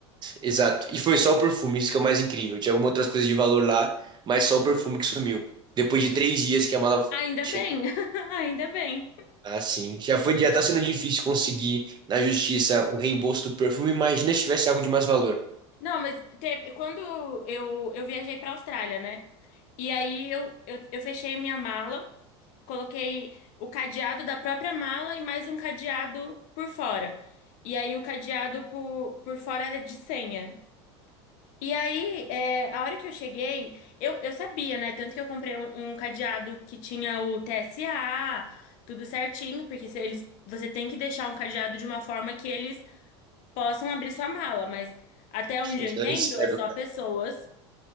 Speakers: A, on the right; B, on the left.
A: Exato. E foi só o perfume, isso que é o mais incrível. Tinha algumas outras coisas de valor lá, mas só o perfume que sumiu. Depois de três dias que a mala
B: Ainda
A: chegou.
B: bem, <laughs> ainda bem.
A: Ah, sim. Já foi, já tá sendo difícil conseguir na justiça o reembolso do perfume. Imagina se tivesse algo de mais valor.
B: Não, mas teve, quando eu, eu viajei pra Austrália, né? E aí eu, eu, eu fechei minha mala, coloquei o cadeado da própria mala e mais um cadeado por fora. E aí o cadeado por, por fora era de senha. E aí, é, a hora que eu cheguei, eu, eu sabia, né? Tanto que eu comprei um, um cadeado que tinha o TSA, tudo certinho, porque se eles, você tem que deixar um cadeado de uma forma que eles possam abrir sua mala, mas até
A: Sim,
B: onde eu
A: então
B: entendo,
A: eles quebram,
B: é só
A: né?
B: pessoas